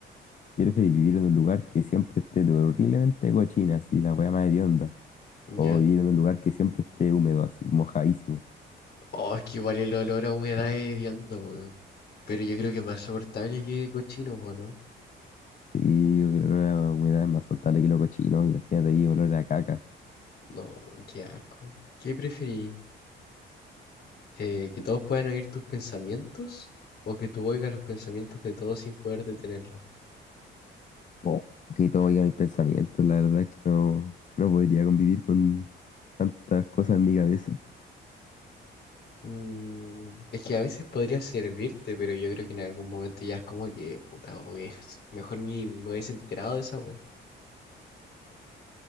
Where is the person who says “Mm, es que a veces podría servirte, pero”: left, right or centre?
Left